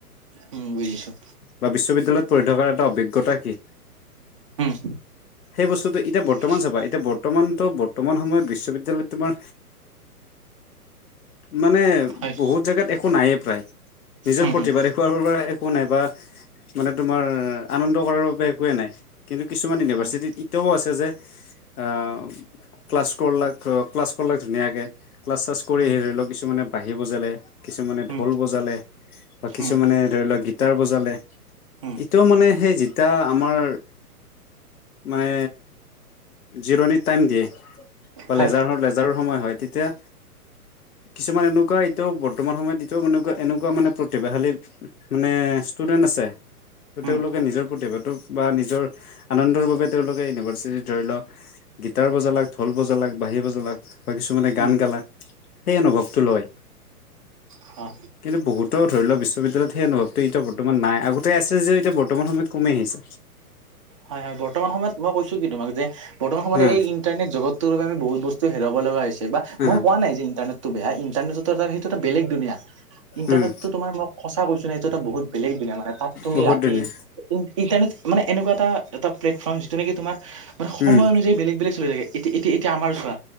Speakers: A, on the right; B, on the left.
A: উম, বুজিছোঁ।
B: বা বিশ্ববিদ্যালয়ত পঢ়ি থকাৰ এটা অভিজ্ঞতা কি সেই
A: উম
B: বস্তুটো এতিয়া বৰ্তমান
A: বুজিছো
B: চাবা, এতিয়া বৰ্তমান ত' বৰ্তমান সময়ত বিশ্ববিদ্যালয়ত তোমাৰ মানে,
A: হয়
B: বহুত জেগাত একো নায়েই প্ৰায়। নিজৰ
A: উম
B: প্ৰতিভাৰে
A: উম
B: খোৱাৰ পৰা একো নাই বা মানে, তোমাৰ আনন্দ কৰাৰ বাবে একোৱেই নাই। কিন্তু, কিছুমান ইউনিভাৰ্চিটিত
A: হয়
B: এতিয়াও আছে যে আহ, ক্লাছ কৰলাক, ক্লাছ কৰলাক ধুনীয়াকে। ক্লাছ-শ্লাছ কৰি
A: উম
B: ধৰি লওঁক, কিছুমানে বাঢ়ি বজালে। কিছুমানে
A: উম
B: ঢোল বজালে, বা কিছুমানে
A: উম
B: ধৰি লোৱা গীতাৰ বজালে।
A: উম
B: ইটো মানে সেই, যেতিয়া আমাৰ মানে, জিৰণি টাইম দিয়ে। বা
A: হয়
B: লেজাৰ হওঁক লেজাৰৰ সময় হয় তেতিয়া। কিছুমান এনেকুৱা এতিয়াও বৰ্তমান সময়ত এতিয়াও, এনেকুৱা এনেকুৱা মানে প্ৰতিভাশালী মানে ষ্টুডেন্ট আছে। ত'তেওঁলোকে
A: উম
B: নিজৰ প্ৰতিভাটোক বা নিজৰ আনন্দৰ বাবে তেওঁলোকে ইউনিভাৰ্চিটিত ধৰি লওঁক, গীটাৰ বজালাক, ঢোল বজালাক, বাঁহী বজালাক বা কিছুমানে গান
A: উম
B: গালা। সেই অনুভৱটো লয়।
A: হা।
B: কিন্তু বহুতৰ ধৰি লোৱা বিশ্ববিদ্যালয়ত সেই, অনুভৱটো এতিয়া বৰ্তমান নাই। আগতে আছে যে, এতিয়া বৰ্তমান সময়ত কমি আহিছে।
A: হয়-হয়। বৰ্তমান সময়ত মই কৈছো কি তোমাক যে, বৰ্তমান সময়ত
B: হা
A: এই ইণ্টাৰনেট জগতটোৰ কাৰণে বহুত বস্তু হেৰাব লগা হৈছে। বা
B: হা
A: মই কোৱা নাই যে ইন্টাৰনেটটো বেয়া। ইণ্টাৰনেটত সেইটো এটা বেলেগ দুনিয়া। ইণ্টাৰনেটটো
B: উম
A: তোমাৰ মই সঁচা কৈছো নাই এইটো এটা বহুত বেলেগ দুনিয়া। মানে তাত তুমি
B: বহুত
A: ৰাতি
B: ধুনীয়া
A: ইন, ইণ্টাৰনেট মানে এনেকুৱা এটা-এটা প্লেটফৰ্ম, যিটো নেকি তোমাৰ মানে সময়
B: উম
A: অনুযায়ী বেলেগ-বেলেগ চলি থাকে। এতিয়া-এতিয়া -এতিয়া আমাৰ চোৱা,